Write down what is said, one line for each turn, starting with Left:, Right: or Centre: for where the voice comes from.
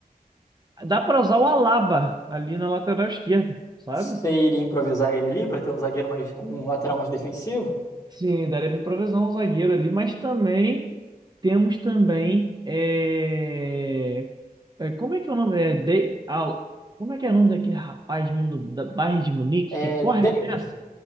Right: Dá para usar o Alaba ali na lateral esquerda, sabe?
Left: Você iria improvisar ele ali pra ter um zagueiro mais, um lateral mais defensivo?
Right: Sim, daria para improvisar um zagueiro ali, mas também temos também é... é, como é que é o nome? É De... Al- Como é que é o nome daquele rapaz mesmo do da Bayern de Munique
Left: É
Right: que corre
Left: David.
Right: dessa?